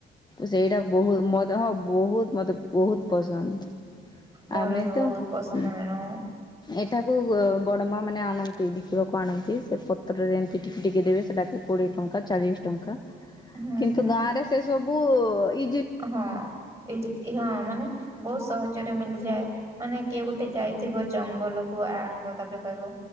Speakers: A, on the left (about 20°); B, on the right (about 15°).
A: ସେଇଟା ବୋହୁ ମ ଦେହ ବୋହୁତ ମତେ ବୋହୁତ ପସନ୍ଦ
B: ମୋର
A: ଆମେ
B: ବି
A: ତ
B: ବୋହୁତ ପସନ୍ଦ
A: ହୁଁ।
B: ମେଣୁ
A: ଏଠାକୁ ଅ ବଡମା ମାନେ ଆଣନ୍ତି ବିକିବାକୁ ଆଣନ୍ତି। ଏ ପତ୍ରରେ ଏମିତି ଟିକେ ଟିକେ ଦେରେ ସେଟାକୁ କୋଡ଼ିଏ ଟଙ୍କା ଚାଳିଶ ଟଙ୍କା
B: ହୁଁ
A: କିନ୍ତୁ
B: ହୁଁ
A: ଗାଁରେ ସେ ସବୁ ଓ ଇ
B: ହଁ ହଁ ଏଇ ଜି ହଁ ମାନେ ବୋହୁତ ସହ ଜରେ ମି ଯାଏ ମାନେ କିଏ ଗୋଟେ ଯାଇଥିବ ଜଙ୍ଗଲକୁ ଆଣିବ ତାପରେ କହିବ